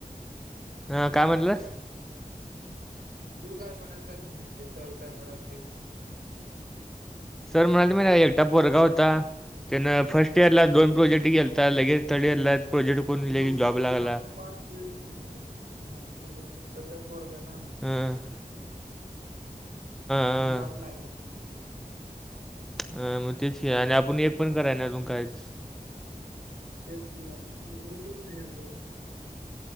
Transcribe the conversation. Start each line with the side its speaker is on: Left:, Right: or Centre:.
Centre: अ काय म्हटलं
Right: तू काय म्हणतच नव्हते सर काय म्हणालतील
Centre: सर म्हणाले म एकटा परोरगा होता त्यान फर्स्ट इयरला
Right: हा,
Centre: दोन प्रोजेक्ट तेलत लगे तला प्रोजेक्ट कोून
Right: मग
Centre: ल जॉब
Right: ते
Centre: लागला
Right: पाच पाच वळे पा त्या पोरग ना
Centre: हम् हां
Right: जॉब लागला त
Centre: अ मग तेच आणि आपण एक पण कराय ना अजून कायच
Right: शच आपण का करतच नाही आपण